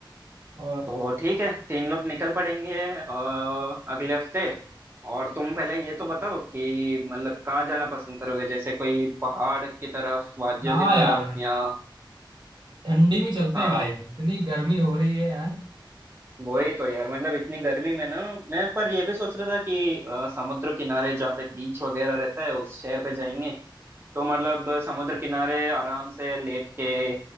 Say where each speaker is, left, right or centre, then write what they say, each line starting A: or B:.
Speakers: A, on the right; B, on the right.
A: और
B: तो ठीक है तीन लोग निकल पड़ेंगे अ, अगले हफ्ते और तुम पहले ये तो बताओ कि मतलब कहाँ जाना पसंद करोगे जैसे कोई पहाड़ की तरफ वादियों
A: हाँ
B: की तरफ
A: यार
B: या
A: ठंडी में चलते
B: हाँ
A: हैं भाई इतनी गर्मी हो रही है यार
B: वही तो यार मतलब इतनी गर्मी में ना मैं पर ये भी सोच रहा था कि अ, समुद्र किनारे जहाँ पे बीच वगैरह रहता है उस शहर पे जाएंगे तो मतलब समुद्र किनारे आराम से लेट के